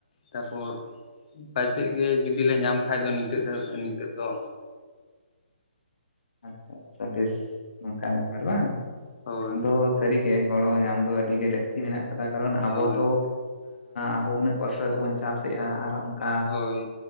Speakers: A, on the left; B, on the left.
A: ᱛᱟᱨᱯᱚᱨ ᱯᱟᱪᱮᱫ ᱜᱮ ᱡᱚᱫᱤ ᱞᱮ ᱧᱟᱢ ᱠᱷᱟᱱ ᱫᱚ ᱱᱤᱛᱚᱜ ᱫᱚ
B: <inaudible> ᱟᱪᱷᱟ ᱟᱪᱪᱷᱟ ᱵᱮᱥ ᱱᱚᱝᱠᱟ ᱱᱟᱯᱟᱭ ᱵᱟᱝ
A: ᱦᱳᱭ
B: ᱟᱫᱚ ᱥᱟᱹᱨᱤᱜᱮ ᱜᱚᱲᱚ ᱧᱟᱢ ᱫᱚ ᱟᱹᱰᱤ ᱜᱮ ᱞᱟᱹᱠᱛᱤ ᱢᱮᱱᱟᱜ ᱟᱠᱟᱫᱟ ᱠᱟᱨᱚᱱ
A: ᱦᱳᱭ
B: ᱟᱵᱚ ᱫᱚ ᱟᱵᱚ ᱩᱱᱟᱹᱜ ᱠᱚᱥᱴᱚ ᱠᱟᱛᱮ ᱵᱚᱱ ᱪᱟᱥ ᱮᱼᱟ ᱟᱨ ᱚᱱᱠᱟ
A: ᱦᱳᱭ